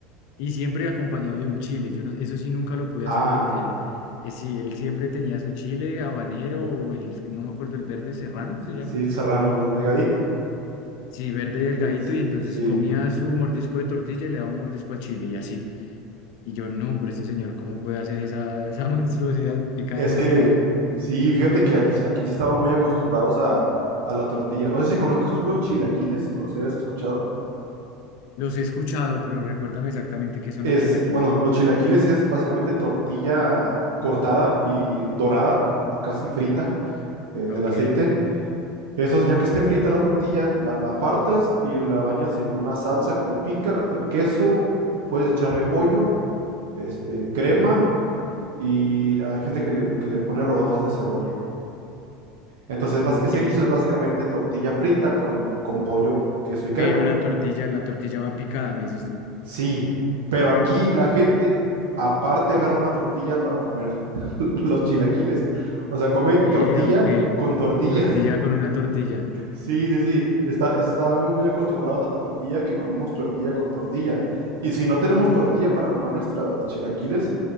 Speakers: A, on the left; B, on the right.
A: Y siempre acompañado de un chile. Yo no, eso sí nunca lo pude
B: Ah,
A: hacer porque él, eh, sí, él siempre tenía su chile habanero o el, no me acuerdo, el verde serrano se llama.
B: sí, el serrano, el delgadito.
A: Sí, verde delgadito
B: Sí, le- sí.
A: y entonces
B: sí.
A: comía su mordisco de tortilla y le daba un mordisco al chile y así. Y yo, no, pero este señor, ¿cómo puede hacer esa, esa <laughs> monstruosidad? Pica
B: Es
A: demasiado.
B: que, sí, fíjate que aquí, aquí sí estaban muy acostumbrados a, a la tortilla. No sé si conozcas tú los chilaquiles o los hayas escuchado.
A: Los he escuchado, pero recuérdame exactamente qué son
B: Es,
A: los chilaquiles.
B: bueno, los chilaquiles es básicamente tortilla cortada y dorada, casi frita en
A: Ok,
B: el aceite. Eso, ya que esté frita la tortilla, la, la apartas y la bañas en una salsa que no pica, la- eh, queso, puedes echarle pollo, este, crema y hay gente que le, que le pone rodajas de cebolla. Entonces, bas-
A: ok.
B: ese guiso es básicamente tortilla frita con, con pollo, queso y crema.
A: Pero la tortilla, la tortilla va picada, me dices tú.
B: Sí, pero aquí
A: Ok.
B: la gente aparte agarra una tortilla para comer <laughs> los chilaquiles. O sea, come
A: Ve,
B: tortilla
A: ok.
B: con tortilla.
A: Tortilla con una tortilla.
B: Sí, sí, sí. Está, estamos muy acostumbrados a la tortilla que comemos tortilla con tortilla. Y si no tenemos tortilla para comer nuestros chilaquiles,